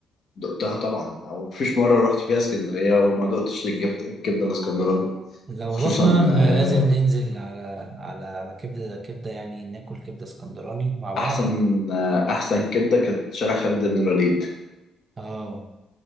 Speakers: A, on the left; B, on the right.
A: دقتها طبعا او مفيش مره رحت فيها اسكندريه وما دقتش الجف- الكبده الاسكندراني
B: لو
A: وخصوصا
B: رحنا ل-
A: آه،
B: لازم ننزل على على كبدة كبدة يعني ناكل كبدة اسكندراني مع بعض
A: احسن آه، احسن كبده كانت شارع خالد بن الوليد
B: اه